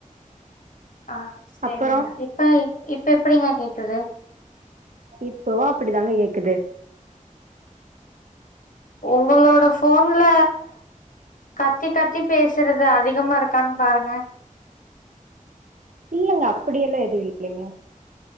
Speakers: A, on the left; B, on the right.
A: ஆ சேரிங்க
B: அப்பறோ
A: இப்ப இப்ப எப்டிங்க கேக்குது
B: இப்பவு அப்டிதாங்க ஏக்குது
A: ஒங்களோட போன்ல கத்தி கத்தி பேசறது அதிகமா இருக்கான்னு பாருங்க
B: இல்லங்க அப்படியெல்லா எதுவு இல்லங்க